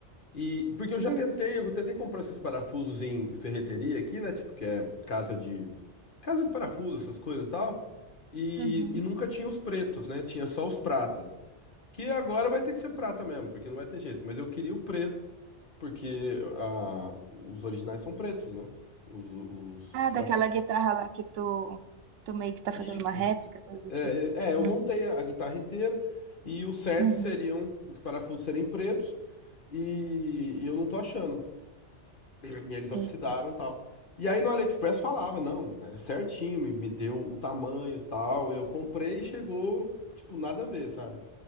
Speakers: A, on the left; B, on the right.
A: e porque eu já
B: Uhum.
A: tentei, eu tentei comprar esses parafusos em ferreteria aqui, né? Tipo que é casa de casa de parafuso, essas coisas e tal. E,
B: Uhum.
A: e nunca tinha os pretos, né? Tinha só os pratas. Que agora vai ter que ser prata mesmo, porque não vai ter jeito. Mas eu queria o preto, porque ah, os originais são pretos, né? Os, os
B: Ah,
A: parafusos.
B: daquela guitarra lá que tu, tu meio que tá fazendo
A: Isso.
B: uma réplica, coisa do
A: É,
B: tipo.
A: é, é, eu
B: Hum,
A: montei a, a guitarra inteira e o certo
B: Uhum.
A: seriam os parafusos serem pretos e, e eu não tô achando. <clears throat> E eles oxidaram
B: Eita.
A: e tal. E aí no AliExpress falava, não, é certinho, me, me deu o tamanho e tal. E eu comprei e chegou, tipo, nada a ver, sabe?